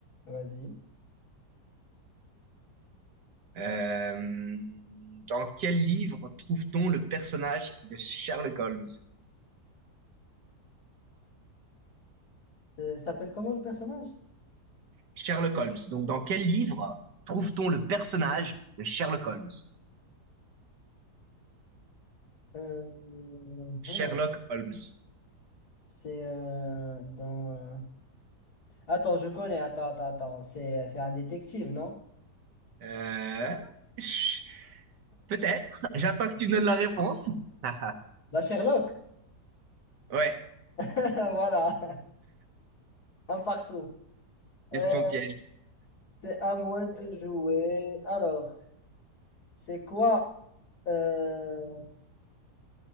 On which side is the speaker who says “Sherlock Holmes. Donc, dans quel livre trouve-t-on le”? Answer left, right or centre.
Right